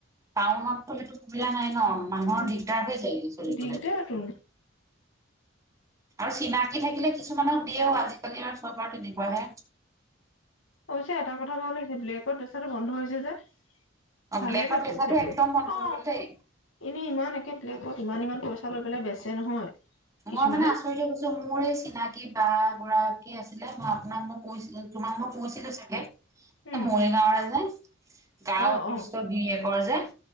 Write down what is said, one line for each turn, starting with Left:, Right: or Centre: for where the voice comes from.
Right: টাউনততো সেইটো সুবিধা নাই ন' মানুহৰ
Left: উ,
Right: দিগদাৰ হৈ যায়গে চলিবলে।
Left: দিগদাৰ তু
Right: আৰু চিনাকি থাকিলে কিছুমানক দিয়েও, আজিকালি আৰু চব আৰু তেনেকুৱাহে।
Left: অৱশ্যে এটা কথা ভাল হৈছে ব্লেকত বেচাটো বন্ধ হৈছে যে।
Right: অ',
Left: ভালে
Right: ব্লেকত
Left: পাইছো
Right: বেচাটো
Left: সেইটো
Right: একদম বন্ধ
Left: অ
Right: হৈ গ'ল দেই।
Left: এনে ইমান।। বেলেগত ইমান ইমান পইচা লৈ পেলাই বেচে নহয়। কিছুমানে
Right: মই মানে আচৰিত হৈ গৈছো মোৰ এই চিনাকি বা এগৰাকী আছে।। যিবিলাক মই আপোনাক কৈছিলো- তোমাক মই কৈছিলো চাগে?
Left: উম
Right: এ মৰিগাঁৱৰে যে গা
Left: অ
Right: অসুস্থ
Left: অ
Right: বী।। ঘৰ যে?